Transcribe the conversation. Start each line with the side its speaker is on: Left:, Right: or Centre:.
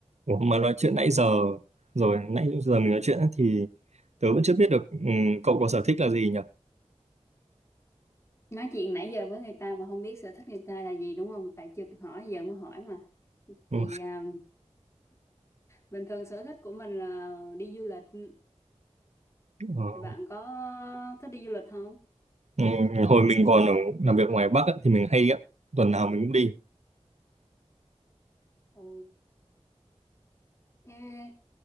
Right: Ủa, mà nói chuyện nãy giờ rồi nãy giờ mình nói chuyện á, thì tớ vẫn chưa biết được ừm, cậu có sở thích là gì nhỉ?
Left: nói chuyện nãy giờ với người ta mà không biết sở thích người ta là gì đúng không tại chưa kịp hỏi giờ mới hỏi mà thì
Right: Ừ,
Left: à, bình thường sở thích của mình là đi du lịch
Right: ờ,
Left: thì bạn có thích đi du lịch không
Right: ừm, hồi mình còn ở, làm việc ngoài Bắc á, thì mình hay đi á, tuần nào mình cũng đi.
Left: Ồ, thế